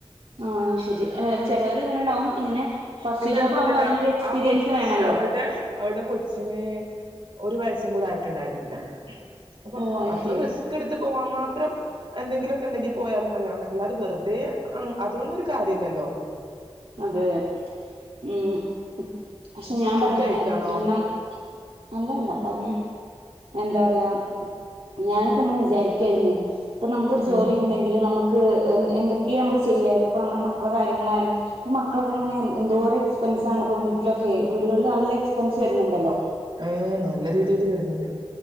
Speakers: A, on the right (about 70°); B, on the right (about 55°).
A: ആഹ് ശരി ചിലവർ ഇങ്ങനെണ്ടാവും ഇങ്ങനെ ഫസ്റ്റ്
B: പിന്നെ
A: ജോബ്
B: അങ്ങനെയല്ലടാ
A: ആകുമ്പോ അതിനൊരു എക്സ്പീരിയൻസ്
B: ആ കൊച്ച്
A: വേണല്ലോ
B: അവളുടെ അവളടെ കൊച്ചിന് ഒരു വയസ്സും കൂടെ ആയി റ്റ്ണ്ടായിരുന്നില്ല അപ്പൊ
A: ഓ അത്
B: അത്ര
A: ശരി
B: റിസ്ക് എടുത്ത് പോവാൻ മാ ത്രം എന്തെങ്കിലൊക്കെണ്ടെങ്കി പോയാലും <unintelligible> അല്ലാതെ വെറുതെ അ അതുകൊണ്ടൊരു കാര്യ ഇല്ലല്ലോ
A: അതെ ഉം പക്ഷെ ഞാൻ
B: ഫുഡ്
A: പറയാണ്
B: കഴിക്കാണോ
A: കാരണം അല്ലല്ല പറഞ്ഞോ എന്താ പറയാ ഞാനിപ്പോ ഇങ്ങനെ വിചാരിക്കായിരുന്നേ ഇപ്പം നമുക്കൊരു ജോലി
B: ഉം
A: ഉണ്ടെങ്കില് നമുക്ക് എ എന്തൊക്കെയാ നമു- ചെയ്യായിരുന്നു ഇപ്പ നമ്മടെ മക്കള കാര്യങ്ങളായാലും ഇപ്പോ മക്കളൊക്കെ ഇങ്ങനെ എന്തോരം എക്സ്പെൻസാണ് ഇപ്പോ വീട്ടിലൊക്കെയേ വീടുകളിൽ നല്ല എക്സ്പെൻസ് വരുന്നുണ്ടല്ലോ
B: ഏഹ് നല്ല രീതിയില് വരുന്നുണ്ട്